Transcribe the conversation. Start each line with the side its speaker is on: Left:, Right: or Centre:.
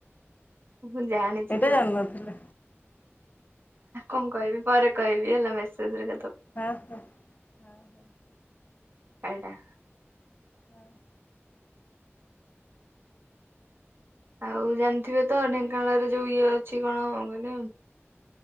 Right: ମୁଁ ଜାଣିଛି
Left: ଏଇଟା
Right: ସବୁ
Left: ଜାଣିନଥିଲେ
Right: କଣ କହିବି ପରେ କହିବି ହେଲା ମେସେଜରେ
Left: ହଁ ହ ହ ହ।
Right: ଏଇଟା
Left: ହଁ
Right: ଆଉ ଜାଣିଥିବେ ତ ଅନେକ ରେ ଯୋଉ ଇଏ ଅଛି କଣ କିଲ